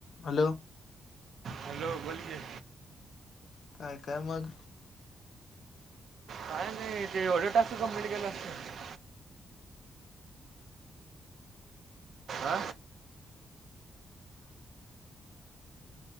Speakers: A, on the left; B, on the right.
A: Hello
B: hello, बोल की
A: काय, काय मग?
B: काय नाही, ते एवढे टास्क कमप्लीट केला असतं आ